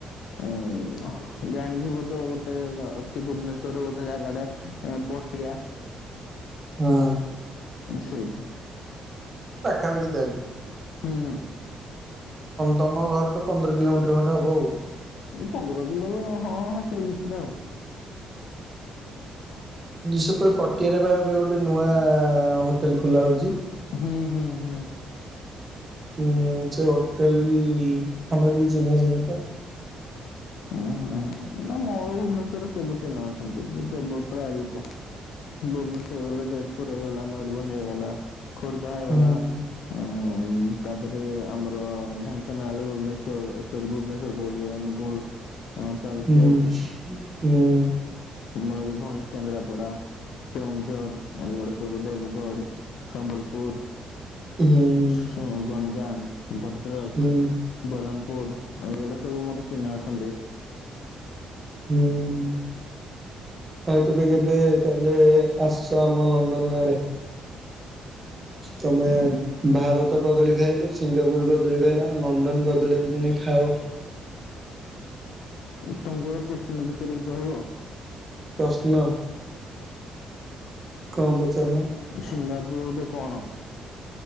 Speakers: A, on the left; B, on the right.
A: ଉଁ ଗାନ୍ଧିବ ତ ଗୋଟେ ଅଛି ଭୁବନେଶ୍ଵରରେ ଗୋଟେ ଜାଗା ଟେ ପଟିଆ
B: ହଁ
A: ସେଇଠି।
B: ପାଖାପାଖି ତାହାଲେ।
A: ହୁଁ
B: ତମ ଘରଠୁ ପନ୍ଦର କିଲୋମିଟର ଖଣ୍ଡେ ହବ ଆଉ।
A: ପନ୍ଦର କିଲୋ ହଁ ହଁ ସେଇ ଭିତରେ ଆଉ।
B: ସେପଟେ ପଟିଆରେ ବା ଏବେ ଗୋଟେ ନୂଆ ହୋଟେଲ ଖୋଲା ହଉଛି।
A: ହୁଁ ହୁଁ ହୁଁ।
B: ଉ ସେ ହୋଟେଲ ଆମ ଏଠି ଚିହ୍ନା ଚିହ୍ନି ତ।
A: ଉଁ ହୁଁ ନା ମୋର ଭୁବନେଶ୍ଵରରେ ସବୁ ଚିହ୍ନା ଅଛନ୍ତି ଗବ ପ୍ରାୟ ଲୋକ। ଭୁବନେଶ୍ୱର ହେଇଗଲା, ଯାଜପୁର ହେଇଗଲା, ମୟୂରଭଞ୍ଜ ହେଇଗଲା। ଖୋର୍ଦ୍ଧା ହେଇଗଲା
B: ହୁଁ
A: ଉ ତାପରେ ଆମର ଢେଙ୍କାନାଳ ଭୁବନେ ସ ସରୀ ଭୁବନେଶ୍ଵର କହୁଛି ଅନୁଗୁଳ ହଁ। ତାଲଚେର
B: ହୁଁ ହୁଁ।
A: ମୟୂରଭଞ୍ଜ, କେନ୍ଦ୍ରାପଡା। କେଉଁଝର ଏଗଡେ ସବୁ ଦେବଗଡ଼ ସମ୍ବଲପୁର।
B: ହୁଁ।
A: ସୁନ୍ ଗଞ୍ଜାମ, ଭଦ୍ରକ,
B: ହୁଁ।
A: ବରହମପୁର ଏଗୁଡ଼ା ସବୁ ମୋର ଚିହ୍ନା ଅ ଛନ୍ତି।
B: ହୁଁ। ଆଉ ତେବେ କେବେ ତାହେଲେ ଆସ ଆମ ଲଣ୍ଡନ ଆଡେ। ତମେ
A: ଅଛନ୍ତି।
B: ଭାରତ କଦଳୀ ଖାଇଲ, ସିଙ୍ଗାପୁର କଦଳୀ ଖାଇଲ, ଲଣ୍ଡନ କ ଦଳିକି ଦିନେ ଖାଅ।
A: ତମକୁ ଗୋଟେ କୋଚିଂନ୍ ପଚାରିବି କହିବ?
B: ପ୍ରଶ୍ନ କଅଁ ପଚାରୁ ନା।
A: ସିଙ୍ଗାପୁର ଗୋଟେ କଣ?